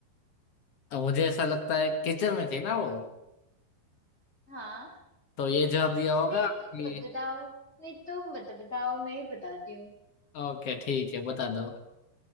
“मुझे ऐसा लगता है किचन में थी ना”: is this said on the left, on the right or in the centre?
Left